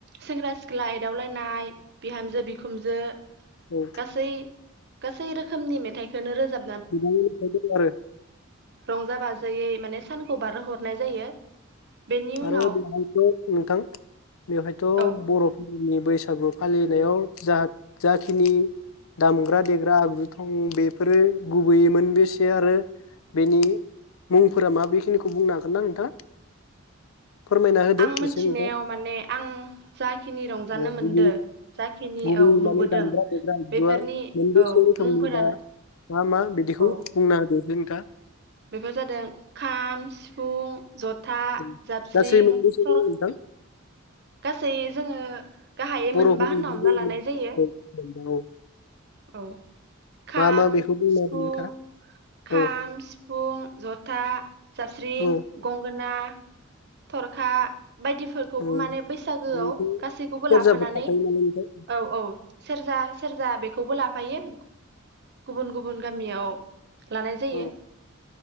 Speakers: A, on the right; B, on the left.
A: सेंग्रा सिख ख्ला एदावलायनाय बिहामजो बिखुमजो
B: औ
A: गासै गासै रोखोमनि मेथाइखौनो रोजाब
B: बिनिबो मेथाइ दं आरो।
A: रंजा बाजायै माने सानखौ बारहो हरनाय जायो। बेनि उनाव
B: आरो बेवहायथ नोंथां बेवहायथ
A: औ
B: बर'फोरनि बै सागु फालिनायाव जा जाखिनि दामग्रा देग्रा आगजु दं बेफोरो गुबैयै मोनबेसे आरो बेनि मुंफोरा मा बेखिनिखौ बुंनो हागोन ना नोंथां? फोरमायना होदो
A: आं मोनथिनायाव
B: एसे नोंथां।
A: माने आं जाखिनि रंजानो
B: गुबै
A: मोनदो जाखिनि
B: गुबै
A: औ नुबोदों
B: माने दामग्रा देग्रा आगुआ
A: बेफोरनि
B: मोनबेसे
A: औ
B: रोखोमनि
A: मुंफोरानो
B: बा मा मा बिदिखौ
A: औ
B: बुंना होदो एसे नोंथाङा।
A: बेफोर जादों खाम सिफुं जथा
B: उम
A: जाबस्रिं
B: गासै‌ मोनबोसे
A: थर
B: दं नोंथां?
A: गासै जोङो गाहायै
B: बर'फोरनि
A: मोनबा होनना
B: गुबै
A: हमना लानाय जायो
B: <unintelligible> मोनबा।
A: औ खाम
B: मा बेखौ बुंनो
A: सिफुं
B: हागोन नोंथाङा
A: खाम
B: औ
A: सिफुं जथा जास्रिं
B: औ
A: गंगोना थर खा बायदिफोरखौबो
B: औ
A: माने बैसागोआव
B: औ
A: गासैखौबो
B: सेरजाफोर
A: लाफानानै
B: थाफायो नालाय नोंथां
A: औ औ सेरजा सेरजा बे खौबो लाफायो। गुबुन गुबुन गामियाव लानाय जायो।
B: औ